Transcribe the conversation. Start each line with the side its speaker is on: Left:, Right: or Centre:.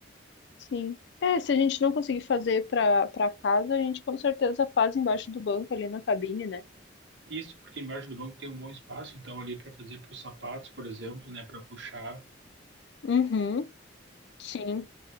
Left: sim. É, se a gente não conseguir fazer para para casa, a gente com certeza faz embaixo do banco ali na cabine, né?
Right: Isso, porque embaixo do banco tem um bom espaço, então ali para fazer para os sapatos, por exemplo, né, para puxar
Left: Uhum. Sim.